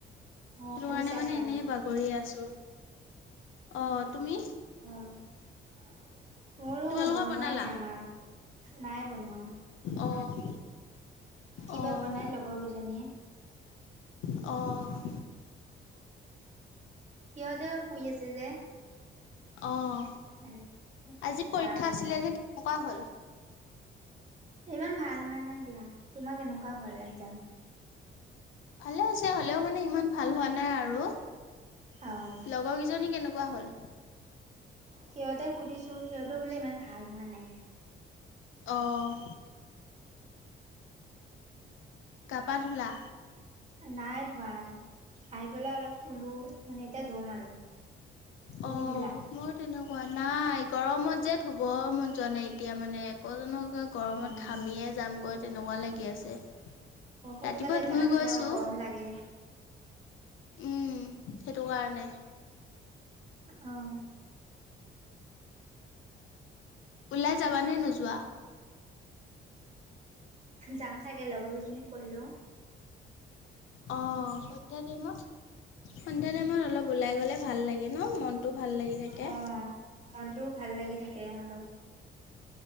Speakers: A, on the right; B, on the left.
A: অঁ
B: সেইটো
A: শুইছাহে
B: কাৰণে মানে
A: আৰু।
B: এনেই বাগৰিয়ে আছো অ'। তুমি?
A: অ'। মোৰো
B: তোমালোকৰ
A: বনোৱাই
B: বনালা?
A: নাই আমাৰ নাই বনোৱা।
B: অ'
A: কি
B: অ'
A: বা বনাই লগৰ কেইজনীয়ে।
B: অ'
A: সিহঁতেও শুই আছে যে
B: অ'
A: এনে
B: আজি পৰীক্ষা
A: গা ভাল
B: আছিলে
A: নাই।
B: যে কেনেকুৱা হ'ল?
A: ইমান ভাল হোৱা নাই দিয়া তোমাৰ কেনেকুৱা হল একজাম।
B: ভালে হৈছে হ'লেও মানে ইমান ভাল হোৱা নাই আৰু।
A: অঁ
B: লগৰকেইজনী কেনেকুৱা হ'ল।
A: সিহঁতে সুধিছোঁ সিহঁত বোলে ইমান ভাল হোৱা নাই।
B: অ' গাপা ধূলা।
A: নাই ধোৱা আহি পেলাই অলপ শুলো মানে এতিয়া ধুম আৰু। তুমি
B: অ'
A: ধুলা?
B: মোৰ তেনেকুৱা নাই। গৰমত যে ধুব মন যোৱা নাই এতিয়া মানে আকৌ জানো গৰমত
A: অ',
B: ঘামিয়ে যামগৈ। তেনেকুৱা লাগি আছে।
A: সোনকালে
B: ৰাতিপুৱা ধুই
A: গা ধুলে
B: গৈছো
A: আকৌ গৰম লাগে।
B: উম। সেইটো কাৰণে।
A: আহ।
B: ওলাই যাবানে নোযোৱা।
A: যাম চাগে লগৰ কেইজনীক কৈ লোও।
B: অ সৈন্ধা তাইমত সৈন্ধা টাইমত অলপ। উলাই গ'লে ভাল লাগে ন মনটো ভাল লাগি থাকে।
A: অ', মনটোও ভাল লাগি থাকে অলপ।